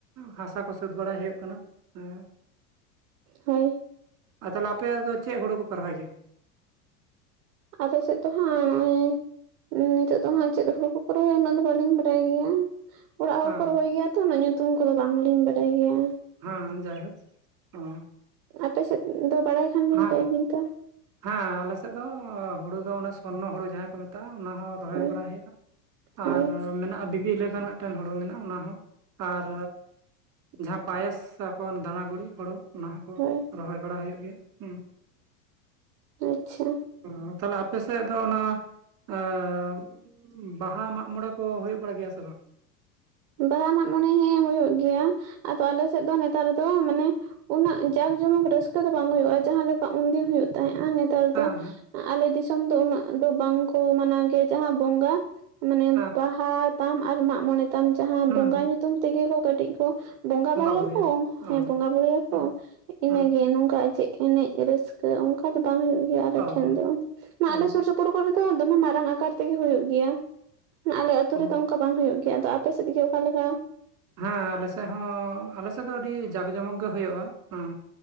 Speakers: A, on the right; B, on the right.
A: ᱦᱟᱥᱟ ᱠᱚ ᱥᱟᱹᱛ ᱵᱟᱲᱟᱭ ᱦᱩᱭᱩᱜ ᱠᱟᱱᱟ ᱦᱮᱸ᱾
B: ᱦᱳᱭ᱾
A: ᱟᱨ ᱛᱟᱦᱚᱞᱮ ᱟᱯᱮ ᱫᱚ ᱪᱮᱜ ᱦᱩᱲ ᱠᱚ ᱯᱮ ᱨᱚᱦᱚᱭ ᱜᱮᱭᱟ?
B: ᱟᱞᱮ ᱥᱮᱜ ᱫᱚ ᱦᱟᱸᱜ ᱱᱚᱜᱼᱚᱭ ᱩᱸ ᱱᱤᱛᱚᱜ ᱫᱚ ᱦᱟᱸᱜ ᱪᱮᱫ ᱦᱩᱲᱩ ᱠᱚ ᱠᱚ ᱨᱚᱦᱭᱟ ᱚᱱᱟ ᱫᱚ ᱵᱟᱞᱤᱧ ᱵᱟᱰᱟᱭ ᱜᱮᱭᱟ᱾ ᱚᱲᱟᱜ ᱦᱚᱲ
A: ᱦᱮᱸ
B: ᱠᱚ ᱨᱚᱦᱚᱭ ᱜᱮᱭᱟ ᱛᱚ ᱚᱱᱟ ᱧᱩᱛᱩᱢ ᱠᱚᱫᱚ ᱵᱟᱝ ᱞᱤᱧ ᱵᱟᱰᱟᱭ ᱜᱮᱭᱟ᱾
A: ᱦᱟᱸ ᱡᱟᱭᱦᱳᱠ ᱚᱻ᱾
B: ᱟᱯᱮ ᱥᱮᱫ ᱫᱚ ᱵᱟᱲᱟᱭ ᱠᱷᱟᱱ
A: ᱦᱟᱸ
B: ᱵᱤᱱ ᱞᱟᱹᱭ ᱵᱤᱱ ᱛᱚ
A: ᱦᱮᱸ ᱟᱞᱮ ᱥᱮᱜ ᱫᱚ ᱦᱩᱲᱩ ᱫᱚ ᱚᱱᱟ ᱥᱚᱨᱱᱚ ᱦᱩᱲᱩ ᱡᱟᱦᱟᱸᱭ ᱠᱚ ᱢᱮᱛ ᱛᱟ ᱚᱱᱟ ᱦᱚᱸ ᱨᱚᱦᱚᱭ
B: ᱦᱳᱭ
A: ᱵᱟᱲᱟ ᱦᱩᱭᱩᱜ ᱟ
B: ᱦᱳᱭ
A: ᱟᱨ ᱢᱮᱱᱟᱜᱼᱟ ᱵᱤᱵᱤ ᱤᱞᱤᱵᱦᱮᱱ ᱢᱤᱫᱴᱮᱱ ᱦᱩᱲᱩ ᱢᱮᱱᱟᱜᱼᱟ ᱚᱱᱟ ᱦᱚᱸ᱾ ᱟᱨ ᱡᱟᱦᱟᱸ ᱯᱟᱭᱮᱥ ᱠᱚ ᱚᱱᱟ ᱫᱟᱱᱟ ᱜᱩᱲᱤ ᱦᱳᱲᱳ ᱚᱱᱟ ᱦᱚᱸ ᱠᱚ
B: ᱦᱳᱭ
A: ᱨᱚᱦᱚᱭ ᱵᱟᱲᱟ ᱦᱩᱭᱩᱜ ᱜᱮᱭᱟ᱾ ᱦᱩᱸ
B: ᱟᱪᱪᱷᱟ᱾
A: ᱚ ᱛᱟᱦᱚᱞᱮ ᱟᱯᱮ ᱥᱮᱜ ᱫᱚ ᱚᱱᱟ ᱚᱵ ᱵᱟᱦᱟ ᱢᱟᱜ ᱢᱚᱬᱮ ᱠᱚ ᱦᱩᱭᱩᱜ ᱵᱟᱲᱟ ᱜᱮᱭᱟ ᱥᱮ ᱵᱟᱝ?
B: ᱵᱟᱦᱟ ᱢᱟᱜ ᱢᱚᱬᱮ ᱦᱮᱸ ᱦᱩᱭᱩᱜ ᱜᱮᱭᱟ ᱟᱫᱚ ᱟᱞᱮ ᱥᱮᱜ ᱫᱚ ᱱᱮᱛᱟᱨ ᱫᱚ ᱢᱟᱱᱮ ᱩᱱᱟᱹᱜ ᱡᱟᱸᱠ ᱡᱚᱢᱚᱠ ᱨᱟᱹᱥᱠᱟᱹ ᱫᱚ ᱵᱟᱝ ᱦᱩᱭᱩᱜᱼᱟ ᱡᱟᱦᱟ ᱞᱮᱠᱟ ᱩᱱ ᱫᱤᱱ ᱦᱩᱭᱩᱜ ᱛᱟᱦᱮᱸᱜᱼᱟ ᱱᱮᱛ ᱛᱟᱨ
A: ᱦᱮᱸ
B: ᱫᱚ ᱟᱸᱻᱟᱞᱮ ᱫᱤᱥᱚᱢ ᱫᱚ ᱩᱱᱟᱹᱜ ᱫᱚ ᱵᱟᱝ ᱠᱚ ᱢᱟᱱᱟᱣ ᱜᱮ ᱡᱟᱦᱟᱸ ᱵᱚᱸᱜᱟ ᱢᱟᱱᱮ
A: ᱦᱮᱸ
B: ᱵᱟᱦᱟ ᱛᱟᱢ ᱟᱨ ᱢᱟᱜ ᱢᱚᱬᱮ ᱛᱟᱢ ᱡᱟᱦᱟᱸ
A: ᱦᱮᱸ
B: ᱵᱚᱸᱜᱟ
A: ᱦᱩᱸ
B: ᱧᱩᱛᱩᱢ ᱛᱮᱜᱮ ᱠᱚ ᱠᱟᱹᱴᱤᱡ ᱠᱩ ᱵᱚᱸᱜᱟ ᱵᱟᱲᱟᱭᱟ
A: ᱵᱩᱨᱩᱭᱟ
B: ᱠᱚ
A: ᱚ
B: ᱦᱮᱸ ᱵᱚᱸᱜᱟ ᱵᱩᱨᱩ ᱭᱟᱠᱚ
A: ᱦᱩᱸ
B: ᱤᱱᱟᱹ‌
A: ᱦᱩᱸ
B: ᱜᱮ ᱱᱚᱝᱠᱟ ᱡᱮ ᱮᱱᱮᱡ ᱨᱟᱹᱥ ᱠᱟᱹ ᱚᱱᱠᱟ ᱫᱚ ᱵᱟᱝ ᱦᱩᱭᱩᱜ ᱜᱮᱭᱟ ᱟᱞᱮ
A: ᱚ
B: ᱴᱷᱮᱱ ᱫᱚ ᱱᱟ
A: ᱚ
B: ᱟᱞᱮ ᱥᱩᱨ ᱥᱩᱯ ᱯᱩᱨ ᱠᱚᱨᱮ ᱫᱚᱢᱮ ᱢᱟᱨᱟᱝ ᱟᱠᱟᱨ ᱛᱮᱜᱮ ᱦᱩᱭᱩᱜ ᱜᱮᱭᱟ ᱟᱞᱮ ᱟᱹᱛᱩ ᱨᱮᱫᱚ
A: ᱚ
B: ᱚᱱᱠᱟ ᱵᱟᱝ ᱦᱩᱭᱩᱜ ᱜᱮᱭᱟ ᱟᱫᱚ ᱟᱯ ᱯᱮ ᱥᱮᱫ ᱜᱮ ᱚᱠᱟ ᱞᱮᱠᱟ?
A: ᱦᱮᱸ ᱟᱞᱮ ᱥᱮᱜ ᱦᱚᱸ ᱟᱞᱮ ᱥᱮᱜ ᱫᱚ ᱟᱹᱰᱤ ᱡᱟᱠ ᱡᱚᱢᱚᱠ ᱜᱮ ᱦᱩᱭᱩᱜᱼᱟ ᱚᱸ᱾